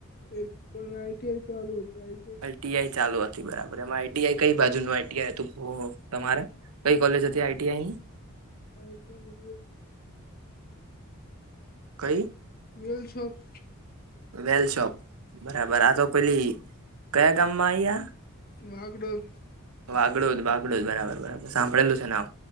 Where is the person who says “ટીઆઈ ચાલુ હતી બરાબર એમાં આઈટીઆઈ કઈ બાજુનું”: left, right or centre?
Right